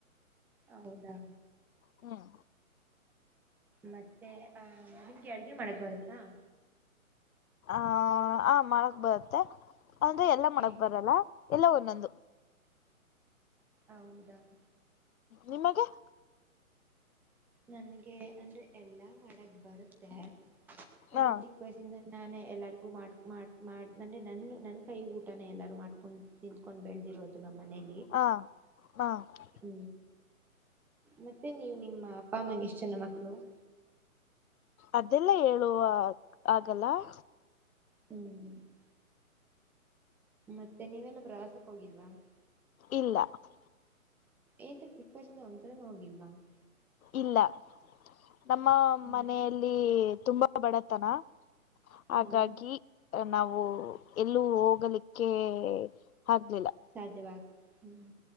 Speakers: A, in the centre; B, on the left.
A: ಹೌದಾ
B: ಹ್ಮ್
A: ಮತ್ತೆ ಆ ಓಕೆ ಅಡಗಿ ಮಾಡಕ್ ಬರುತ್ತಾ? <inaudible>
B: ಹ ಆ ಮಾಡಕ್ ಬರುತ್ತೆ ಅಂದ್ರೆ ಎಲ್ಲಾ ಮಾಡಕ್
A: ಏ
B: ಬರಲ್ಲ ಎಲ್ಲ ಒಂದೊಂದು. <inaudible>
A: ಹೌದಾ? <inaudible>
B: ನಿಮಗೆ? <inaudible>
A: ನನಗೆ ಅಂದ್ರೆ ಎಲ್ಲಾ ಮಾಡಕ್ ಬರುತ್ತೆ ಅಂದ್ರೆ
B: ಹ
A: ಚಿ <inaudible> ವಯಸಿಂದ ನಾನೇ ಎಲ್ಲಾರಿಗೂ ಮಾಡ ಮಾಡ ಮಾಡತಾನೆ ನನ್ನ ನನ್ನ ಕೈ ಊಟನ ಎಲ್ಲಾರು ಮಾಡ್ಕೊಂಡ್ <inaudible> ತಿಂದಕೊಂಡ್ ಬೆಳದಿರೋದು ನಮ್ಮಮನೆಯಲ್ಲಿ <inaudible>
B: ಆ ಹಾ <inaudible>
A: ಹೂ ಮತ್ತೆ ನೀ ನೀವು ನಿಮ್ಮ ಅಪ್ಪ ಅಮ್ಮಗೆ ಎಷ್ಟ ಜನ ಮಕ್ಕಳು? <inaudible>
B: ಅದೆಲ್ಲ ಹೇಳುವ ಆಗಲ್ಲ? <inaudible>
A: ಹೂ ಹೂ <inaudible> ಮತ್ತೆ ನೀವೆಲ್ಲ ಪ್ರವಾಸಕ್ಕೆ ಹೋಗಿಲ್ವಾ? <inaudible>
B: ಇಲ್ಲಾ? <inaudible>
A: ಏತಕ್ಕೇ ಸಿಕ್ವಜನ ಒನ್ ಸಲಾನೋ ಹೋಗಿಲ್ವಾ? <inaudible>
B: ಇಲ್ಲಾ ನಮ್ಮ
A: ಹ್ಮ್
B: ಮನೆಯಲ್ಲಿ ತುಂಬಾ ಬಡತನ <inaudible>
A: ಹ್ಮ್
B: ಹಾಗಾಗಿ. <inaudible> ನಾವು ಎಲ್ಲೂ ಹೋಗಲಿಕ್ಕೆ ಆಗಲಿಲ್ಲ. <inaudible>
A: ಸಾಧ್ಯವಾಗ ಹೂ <inaudible>